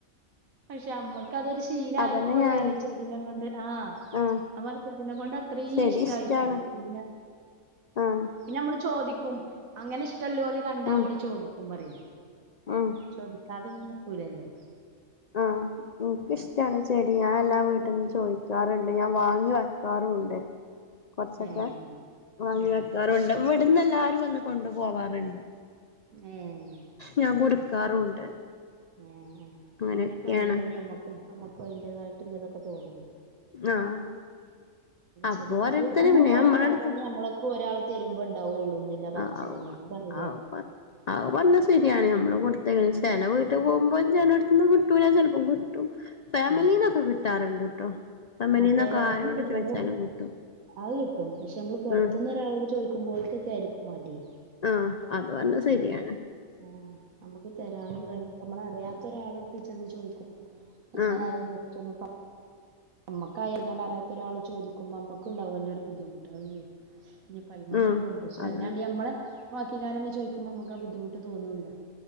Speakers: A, on the right (about 85°); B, on the left (about 70°).
A: പക്ഷെ അമ്മക്കതൊരു ശീലായി
B: അതന്നെ
A: പോയി
B: ഞാൻ
A: റ ചെടിനെക്ക ആഹ്
B: ആഹ്
A: ഞാ പറിം ചെടിനെ കൊണ്ട് അത്ര
B: ചെടി
A: ഇഷ്ടായി
B: ഇഷ്ടാണ്
A: പോയി പിന്നെ
B: ആഹ്
A: പിന്നെ നമ്മള് ചോദിക്കും അങ്ങനെ ഇഷ്ടല്ലോല് കണ്ടാ
B: ഉം
A: നമ്മള് ചോദിക്കും പ റിം
B: ഉം
A: ചോദിക്കാതൊന്നും നിക്കൂലല്ലോ
B: ഉം ഇനിക്ക് ഇഷ്ടാണ് ചെടി ഞാൻ എല്ലാ വീട്ടന്ന് ചോയി ക്കാറണ്ട് ഞാൻ വാങ്ങി വെക്കാറുണ്ട് കോറച്ചൊക്കെ
A: ഏഹ്
B: വാങ്ങി
A: ആഹ്
B: വെക്കാറുണ്ട്
A: ആഹ്
B: ഇവിടുന്ന് എല്ലാരും വന്ന് കൊണ്ടു പോവാാറുണ്ട്
A: എഹ്
B: ഞാൻ കൊടുക്കാറുണ്ട്
A: ആഹ് ആഹ്
B: അങ്ങനെയൊക്കെയാണ്
A: അങ്ങനെയൊക്കെ ആവുമ്പോളന്നെമ്മക്കും അമ്മക്കും അതിന്റതായിട്ടുള്ളതൊക്കെ തോന്നുള്ളു
B: ആഹ് അപ്പൊ
A: ചെടിമ്മള്
B: ഓരോരുത്തര്
A: നമ്മള്
B: പിന്നെ
A: കൊടുത്താ
B: നമ്മളടുത്ത്
A: തന്നെ നമ്മള നമ്മക്ക്ഒരാൾ തരുമ്പോ ഉണ്ടാവുള്ളൂന്ന പറിച്ചിലാണ്
B: ആഹ്
A: ഞാൻ പറയല്
B: ആഹ്
A: ഇവടെ
B: പ അത് പറഞ്ഞത് ശരിയാണ് നമ്മള് കൊടുത്ത ചെല വീട്ടിപോകുമ്പോ ചെലടുത്തന്ന് കിട്ടൂല ചെലപ്പോം കിട്ടും ഫാമിലീന്നൊക്കെ
A: ആഹ്
B: കിട്ടാറുണ്ട് ട്ടോ ഫാമിലിന്നൊക്കെ
A: ആഹ് ഫാമിലി
B: ആരോട്
A: കിട്ടും
B: ചോദിച്ചാലും
A: നമ്മള്
B: കിട്ടും
A: അത് കിട്ടും പക്ഷെ നമ്മള് പുറത്തന്ന്
B: ഉം
A: ഒരാളോട് ചോയിക്കുമ്പോൾത്തേക്കായിരി ക്കും മടി
B: ആ അത് പറഞ്ഞ സെരിയാണ്
A: ആ നമ്മക്ക് തരാനും കാര്യങ്ങള് നമ്മളറിയാത്ത ഒരാളടുത്ത് ചെന്ന് ചോയിക്കുമ്പോ എങ്ങനായാലും
B: ആഹ്
A: ജസ്റ്റ്‌ ഒന്ന് പ നമ്മക്കായാലും ഇങ്ങനാറിയാത്ത ഒരാള് ചോദിക്കുമ്പോ അമ്മക്കുണ്ടാവുല്ലോ ഒരു ബുദ്ധിമുട്ട് എവ് ഇനി പയിമന്നൊരു
B: ആഹ്
A: കോമ്പൂശ
B: അതാണ്
A: അയിനാണ്ടി അമ്മളെ ബാക്കിക്കാരന്നെ ചോയിക്കുമ്പോ അമ്മക്കാ ബുദ്ധിമുട്ട് തോന്നൂല്ല